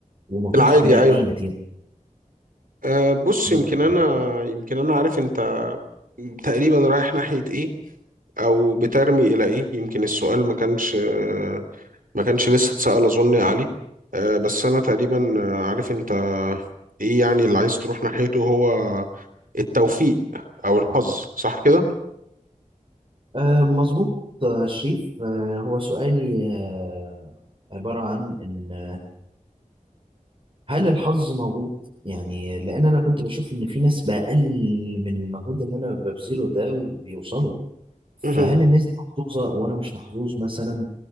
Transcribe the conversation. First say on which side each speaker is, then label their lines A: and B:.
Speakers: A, on the right; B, on the right.
A: وما كنتش
B: العادي
A: بلاقي
B: ايوه
A: اي نتيجة
B: أه بص
A: بالظبط
B: يمكن انا يمكن انا عارف انت تقريبا رايح ناحية ايه او بترمي الى ايه يمكن السؤال ما كانش آه، ما كانش لسه اتسأل اظن يا علي أه بس انا تقريبا آه، عارف انت ايه يعني اللي عايز تروح ناحيته هو التوفيق او الحظ صح كده
A: آه، مظبوط آه، شريف آه، هو سؤالي آه، عبارة عن إن هل الحظ موجود؟ يعني لأن أنا كنت بشوف إن في ناس بأقل من المجهود اللي أنا ببذله ده وبيوصلوا فهل
B: مهم.
A: الناس دي محظوظة وأنا مش محظوظ مثلا؟